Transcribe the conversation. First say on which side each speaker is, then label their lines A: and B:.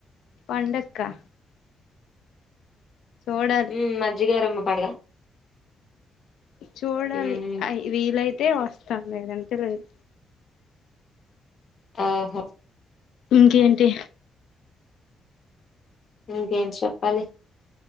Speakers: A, on the left; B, on the left.
A: పండక్క చూడాలి
B: హ్మ్ మజ్జిగా అరమ్మ పండ్ల
A: చూడాలి
B: ఉమ్,
A: వీలైతే వస్తా లేదు అంటే లేదు
B: ఆహ
A: ఇంకేంటి
B: ఇంకేంటి చెప్పాలి